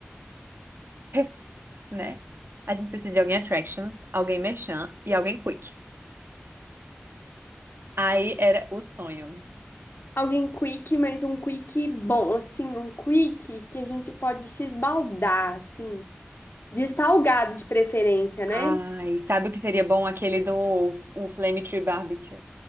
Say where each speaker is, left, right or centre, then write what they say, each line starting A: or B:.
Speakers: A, on the right; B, on the left.
A: <laughs> né? A gente precisa de alguém attractions, alguém merchan e alguém quick. Aí era o sonho.
B: Alguém quick, mas um quick bom, assim, um quick que a gente pode se esbaldar, assim. De salgado de preferência, né?
A: Ai, sabe o que seria bom? Aquele do o Flame Tree Barbecue,